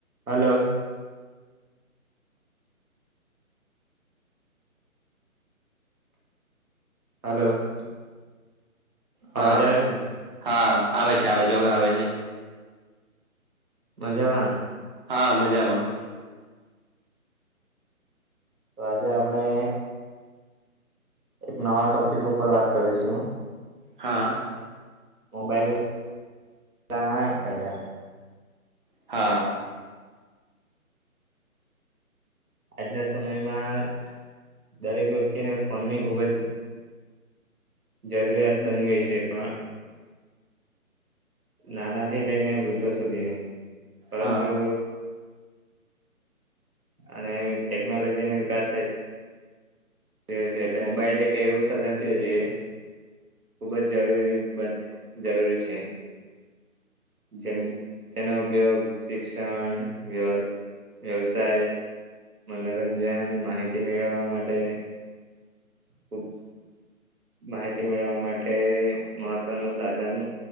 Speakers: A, on the right; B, on the right.
A: Hello. Hello. અવાજ
B: હા.
A: આવે છે
B: હા. આવે છે. આવે છે, હવે આવે છે.
A: મજા માં ને?
B: હા, મજામાં.
A: તો આજે આપણે એક નવા ટોપિક ઉપર વાત કરીશું.
B: હા.
A: મોબાઈલ ગણા ફાયદા.
B: હા.
A: આજના સમયમાં દરેક વ્યક્તિને ફોનની ખુબ જ જરૂરિયાત બની ગઈ છે. પણ નાના થી લઈને વૃદ્ધો સુધીની. પરંતુ
B: હા
A: અને ટેક્નોલોજીનો વિકાસ થાય એ છે. એટલે મોબાઈલ કે એવું સાધન છે જે, ખુબ જ જરૂરી બ જરૂરી છે. જેમ તેનો ઉપયોગ શિક્ષણ વ્ય વ્યવસાય મનોરંજન માહિતી મેળવવા માટે. ઓપ્સ. માહિતી મેળવવા માટે મહત્વનું સાધન